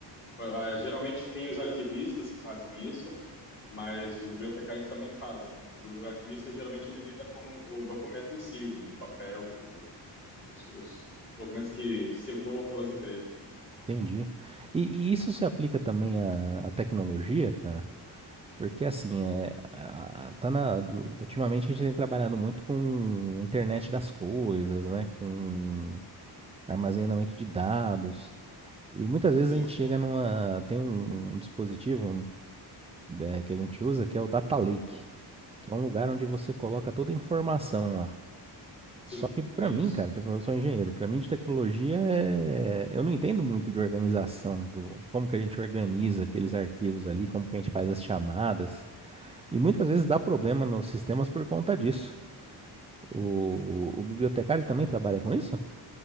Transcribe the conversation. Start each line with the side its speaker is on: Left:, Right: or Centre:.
Left: Ah, Geralmente tem os arquivistas que fazem isso, mas os bibliotecários também fazem. O arquivista geralmente ele lida com o documento em si, o papel, os, os documentos que circulam pelas empresas.
Right: Entendi. E, e isso se aplica também à, à tecnologia, cara? Porque assim, é, a- tá na, ultimamente a gente tem trabalhado muito com internet das coisas, né? Com armazenamento de dados. E muitas vezes
Left: Sim,
Right: a gente chega numa. Tem um, um dispositivo, é, que a gente usa que é o Data Lake, que é um lugar onde você coloca toda a informação lá.
Left: sim,
Right: Só que pra
Left: conheço.
Right: mim, cara, tipo, eu sou engenheiro, pra mim de tecnologia é... eu não entendo muito de organização, do como que a gente organiza aqueles arquivos ali, como que a gente faz as chamadas. E muitas vezes dá problema nos sistemas por conta disso. O, o bibliotecário também trabalha com isso?